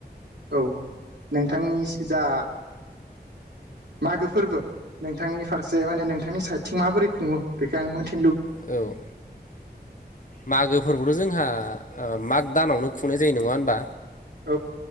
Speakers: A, on the right (about 75°); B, on the left (about 50°).
A: औ नोंथांनि जा मागो फोरबो नोंथांनि फारसे माने नोंथांनि साइडथिं माबोरै खुङो बेखौ आं मोनथि
B: औ मागो फोरबोथ' जोंहा ओ माग दानावनो खुंनाय जायो नङा होनबा
A: औ